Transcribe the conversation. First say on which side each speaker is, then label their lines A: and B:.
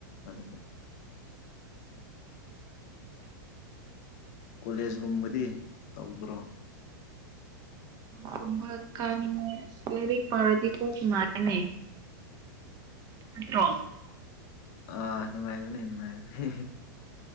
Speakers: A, on the left (about 50°); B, on the right (about 30°).
A: ꯑꯗꯨꯒꯤ ꯀꯣꯂꯦꯖꯀꯨꯝꯕꯗꯤ ꯇꯧꯗ꯭ꯔꯣ
B: ꯀꯨꯝꯕ ꯀꯥꯅꯤꯅꯦꯔꯤꯛ ꯄꯥꯔꯗꯤ ꯀ ꯈꯨ ꯃꯥꯅꯦ ꯄꯠꯇ꯭ꯔꯣ
A: ꯑ ꯅꯨꯅꯨꯡꯉꯥꯏꯕꯅꯦ ꯅꯨꯡꯉꯥꯏꯕꯅꯤ